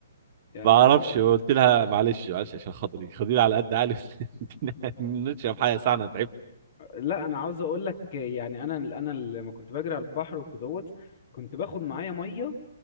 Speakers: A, on the left; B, on the right.
A: يعني
B: ما اعرفش
A: ال...
B: قلت لها معلش معلش عشان خاطري خديني على قد عقلي <laughs> نشرب حاجه ساعه انا تعبت
A: لا انا عاوز اقول لك يعني انا انا لما كنت بجري على البحر وكدهوت كنت باخد معايا ميه